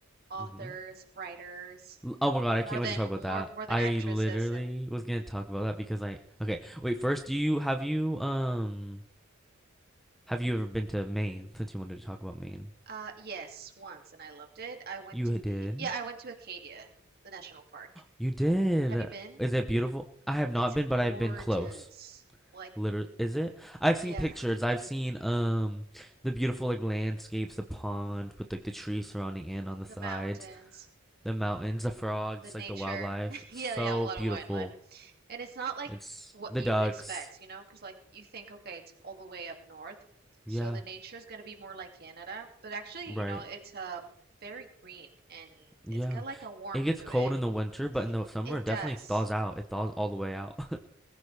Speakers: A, on the right; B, in the centre.
A: authors,
B: hmm
A: writers,
B: Oh my God, I
A: more
B: can't wait
A: than
B: to talk
A: more
B: about that.
A: more
B: I
A: than actresses
B: literally
A: and
B: was gonna talk about that because I, okay, wait, first, do you, have you, um, have you ever been to Maine since you wanted to talk about Maine?
A: uh yes, once and I loved it. I went
B: You
A: to
B: ha- did?
A: the yeah, I went to Acadia, the national park.
B: You did.
A: Have you been?
B: Is it beautiful? I have not
A: It's
B: been,
A: gorgeous.
B: but I've been close.
A: Like,
B: Literally, is it? I've seen
A: yeah.
B: pictures. I've seen, um, the beautiful, like, landscapes, the pond with, like, the trees surrounding it on the sides,
A: the mountains,
B: the mountains, the frogs,
A: the nature.
B: like, the wildlife.
A: <laughs> Yeah,
B: So
A: they have a lot
B: beautiful.
A: of wildlife. And it's not like
B: It's
A: what
B: the
A: you
B: ducks.
A: would expect, you know, because like you think, okay, it's all the way up north,
B: Yeah,
A: so the nature is going to be more like Canada, but actually,
B: right.
A: you know, it's um very green and
B: Yeah.
A: it's got like a warmth
B: It gets
A: to
B: cold
A: it.
B: in the winter, but in the summer
A: It
B: it
A: does.
B: definitely thaws out. It thaws all the way out. <laughs>